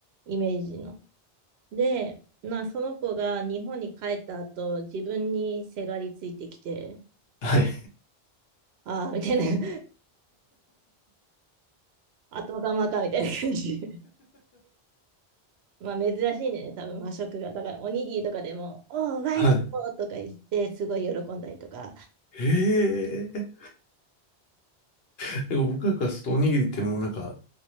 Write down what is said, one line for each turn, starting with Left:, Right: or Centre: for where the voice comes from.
Right: イメージの。で、まあ、その子が日本に帰った後、自分にせがりついてきて、
Left: はい。
Right: ああ、みたいな、<laughs> 後釜か、みたいな感じで。<laughs> まあ、珍しいんだよね、多分和食が。だから、おにぎりとかでも、おー、ワイスポーとか言って、
Left: はい。
Right: すごい喜んだりとか。
Left: へえ。なんか僕らからするとおにぎりってもうなんか、